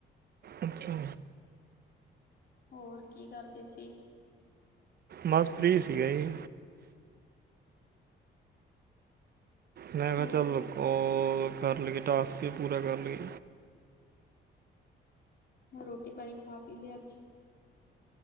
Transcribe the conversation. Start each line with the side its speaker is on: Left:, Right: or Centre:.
Right: ਅੱਛਾ।
Left: ਹੋਰ ਕੀ ਕਰਦੇ ਸੀ।
Right: ਬਸ ਫ੍ਰੀ ਸੀਗਾ ਜੀ। ਮੈ ਕਿਹਾ
Left: ਹੋਰ,
Right: ਚੱਲ ਕੋਲ ਕਰ ਲਈਏ ਟਾਸਕ ਵੀ ਪੂਰਾ ਕਰ ਲਈਏ।
Left: ਹੋਰ ਰੋਟੀ ਪਾਣੀ ਖਾ ਪੀ ਲਿਆ ਅੱਜ।